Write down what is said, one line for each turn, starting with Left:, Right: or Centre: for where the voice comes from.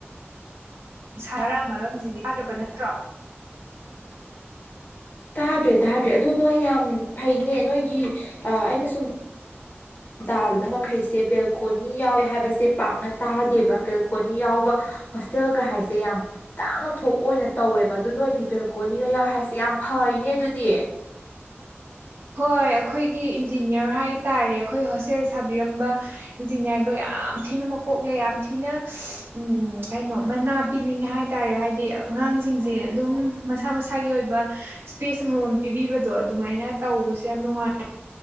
Right: ꯁꯥꯔꯛꯑꯝꯃꯔꯣꯢ <unintelligible> ꯍꯧꯖꯤꯛꯇꯤ ꯌꯥꯗ꯭ꯔꯕ ꯅꯠꯇ꯭ꯔꯣ
Left: ꯇꯥꯗ꯭ꯔꯦ ꯇꯥꯗ꯭ꯔꯦ ꯑꯗꯨ ꯅꯣꯏ ꯌꯥꯝ ꯐꯩꯅꯦ ꯅꯣꯏꯒꯤ ꯑꯥ ꯑꯩꯅ ꯁꯨꯝ ꯇꯥꯕꯗ ꯃꯈꯩꯁꯦ ꯕꯦꯜꯀꯣꯅꯤ ꯌꯥꯎꯋꯦ ꯍꯥꯏꯕꯁꯦ ꯄꯥꯛꯅ ꯇꯥꯗꯦꯕ ꯕꯦꯜꯀꯣꯅꯤ ꯌꯥꯎꯕ ꯍꯣꯁꯇꯦꯜꯒ ꯍꯥꯏꯁꯦ ꯌꯥꯝ ꯇꯥꯡꯅ ꯊꯣꯛꯄ ꯑꯣꯏꯅ ꯇꯧꯋꯦꯕ ꯑꯗꯨ ꯅꯣꯏꯗꯤ ꯕꯦꯜꯀꯣꯅꯤꯒ ꯌꯥꯎꯋꯦ ꯍꯥꯏꯁꯦ ꯌꯥꯝ ꯐꯩꯅꯦ ꯑꯗꯨꯗꯤ
Right: ꯍꯣꯏ ꯑꯩꯈꯣꯏꯒꯤ ꯏꯟꯖꯤꯅꯤꯌꯥꯔ ꯍꯥꯏꯇꯥꯥꯔꯦ ꯑꯩꯈꯣꯏ ꯍꯣꯁꯇꯦꯜ ꯁꯥꯕꯤꯔꯝꯕ ꯏꯟꯖꯤꯅꯤꯌꯥꯔꯗꯣ ꯌꯥꯝ ꯊꯤꯅ ꯃꯀꯣꯛꯂꯩ ꯌꯥꯝ ꯊꯤꯅ ꯎꯝ ꯀꯩꯅꯣ ꯃꯅꯥ ꯄꯤꯅꯤꯡꯉꯦ ꯍꯥꯏꯇꯥꯔꯦ ꯍꯥꯏꯗꯤ ꯑꯉꯥꯡꯁꯤꯡꯁꯦ ꯑꯗꯨꯝ ꯃꯁꯥ ꯃꯁꯥꯒꯤ ꯑꯣꯏꯕ ꯏꯁꯄꯦꯁ ꯑꯃꯃꯝ ꯄꯤꯕꯤꯕꯗꯣ ꯑꯗꯨꯃꯥꯏꯅ ꯇꯧꯕꯁꯦ ꯌꯥꯝ ꯅꯨꯡꯉꯥꯏ